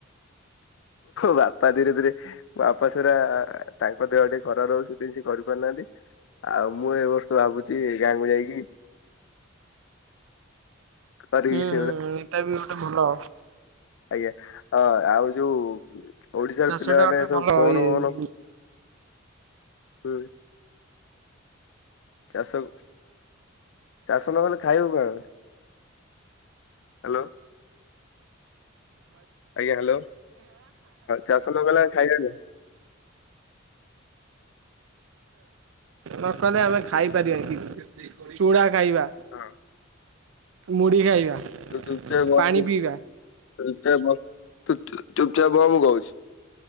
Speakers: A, on the left (about 70°); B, on the right (about 85°).
A: ବାପା ଧୀରେ ଧୀରେ ବାପା ସେଟା ତାଙ୍କ ଦେହ ଟିକେ ଖରାପ ରହୁଛି ସେ କରିପାରୁନାହାନ୍ତି। ଆଉ ମୁଁ ଏ ବର୍ଷ ଭାବୁଛି ଗାଁକୁ ଯାଇକି ଖରିକିଚି।
B: ଏଇଟା ଭି ଗୋଟେ ଭଲ।
A: ଆଜ୍ଞା! ଅ ଆଉ ଯୋଉ- ଓଡିଶାର
B: ଚାଷ
A: ପିଲାମାନେ
B: ଟା ଗୋଟେ
A: ସବୁ
B: ଭଲ
A: ଫୋନ
B: ଇଏ
A: ଫୋନ ହୁଁ। ଚାଷ। ଚାଷ ନକଲେ ଖାଇବୁ କାହାକୁ। ହାଲୋ। ଆଜ୍ଞା, ହାଲୋ ଚାଷ ନ କଲେ ଆମେ ଖାଇବା କଣ?
B: ନ କଲେ ଆମେ ଖାଇପାରିବେନି କିଛି। ଚୁଡ଼ା ଖାଇବା,
A: ହଁ।
B: ମୁଢି ଖାଇବା,
A: ତୁ ଚୁପଚାପ୍ ବସ
B: ପାଣି ପିଇବା।
A: ଚୁପଚାପ୍ ବସ ତୁ ଚୁପଚାପ ବ ମୁଁ ବୋଉଛି।